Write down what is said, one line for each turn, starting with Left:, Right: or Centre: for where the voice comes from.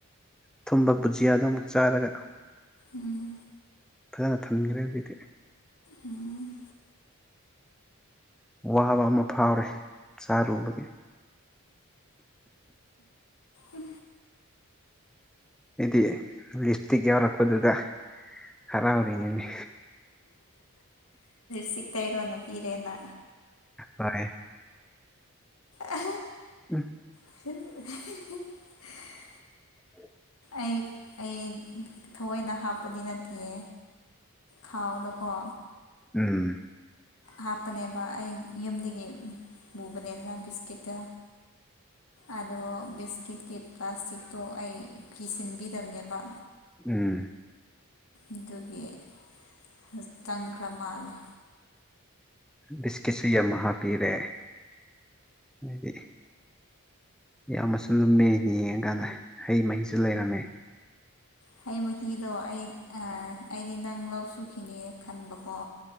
Centre: ꯊꯨꯝꯕ ꯕꯨꯖꯤꯌꯥꯗ ꯑꯃꯨꯛ ꯆꯥꯔꯒ
Left: ꯎꯝ
Centre: ꯐꯔ ꯊꯝꯈ꯭ꯔꯦ ꯑꯗꯨꯗꯤ
Left: ꯎꯝ
Centre: ꯋꯥꯕ ꯑꯃ ꯐꯥꯎꯔꯦ ꯁꯔꯨ ꯑꯣꯏꯔꯦ
Left: ꯎ
Centre: ꯏꯗꯤ ꯂꯤꯞꯁꯇꯤꯛ ꯌꯎꯔ ꯀꯣꯗꯗ ꯍꯔꯥꯎꯥꯎꯔꯤꯉꯅꯦ
Left: ꯁꯤꯛꯇꯥ ꯏꯔꯣꯅ ꯐꯤꯔꯦꯅ
Centre: ꯍꯣꯏ
Left: ꯑ
Centre: ꯎꯝ
Left: <unintelligible>
Centre: ꯎ
Left: ꯑꯩ ꯑꯩ ꯊꯑꯣꯏꯅ ꯍꯥꯞꯄꯗꯤ ꯅꯠꯇꯦꯦ ꯈꯥꯎꯗꯀꯣ
Centre: ꯎꯝ
Left: ꯍꯥꯞꯄꯅꯦꯕ ꯑꯩ ꯌꯨꯝꯗꯒꯤ ꯄꯨꯕꯅꯦꯅ ꯕꯤꯁꯀꯤꯠꯇ ꯑꯗꯣ ꯕꯤꯁꯀꯤꯠꯀꯤ ꯄ꯭ꯂꯥꯁꯇꯤꯛꯇꯣ ꯑꯩ ꯀꯤꯁꯤꯟꯕꯤꯗꯕꯅꯦꯕ
Centre: ꯎꯝ
Left: ꯑꯗꯨꯒꯤꯖꯤꯛꯇꯪꯈ꯭ꯔ ꯃꯥꯜꯜꯂꯤꯦ
Centre: ꯕꯤꯁꯀꯤꯠꯁꯨ ꯌꯥꯝ ꯍꯥꯞꯄꯤꯔꯦ ꯍꯥꯏꯗꯤ ꯌꯥꯝꯃꯁꯨ ꯂꯨꯝꯃꯦ ꯌꯦꯡꯉꯀꯥꯟꯗ ꯍꯩ ꯃꯍꯤꯁꯨ ꯂꯩꯔꯝꯃꯦ
Left: ꯍ ꯃꯍꯤꯗꯣ ꯑꯩ ꯑꯩꯗꯤ ꯅꯪ ꯂꯧ ꯁꯨꯈꯤꯅꯦ ꯈꯟꯕꯀꯣ